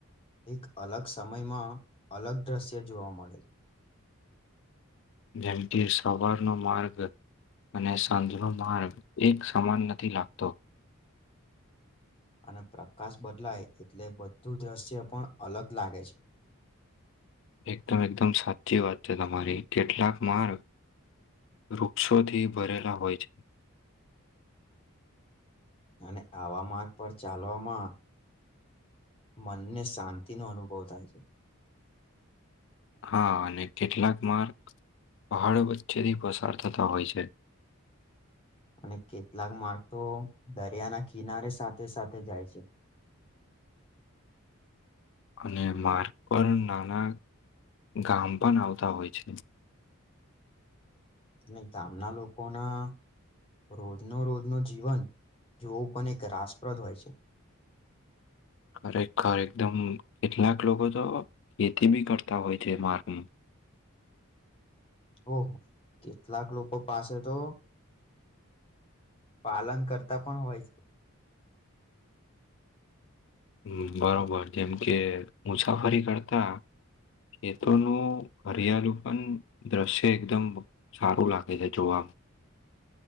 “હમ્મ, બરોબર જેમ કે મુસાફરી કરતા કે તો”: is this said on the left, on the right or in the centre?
Left